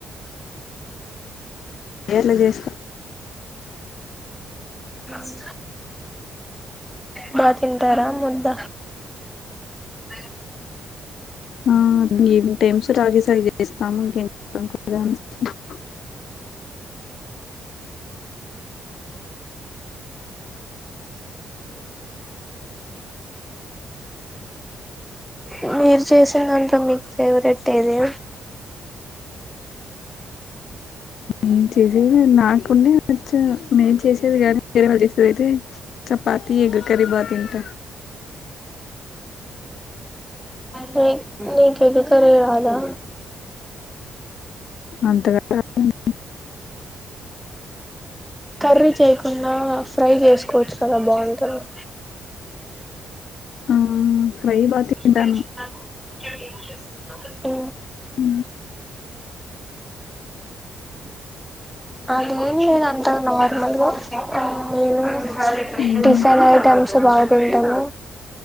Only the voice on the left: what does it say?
ఎట్లా చేస్తా
ఆ ఈవినింగ్ టైమ్స్ సటాగి స రిగే ఇస్తాము ఇంకేంస్తాం కదా అని అ
ఉంచే అ నాకుండేచ్చ నేను చేసేది కానీ చేది అయితే చపాతి ఎగ్ కర్రీ బా తింటా.
అంతగా రాదండి.
ఆ
ఫ్రై బా తింటాను
ఊ
ఉమ్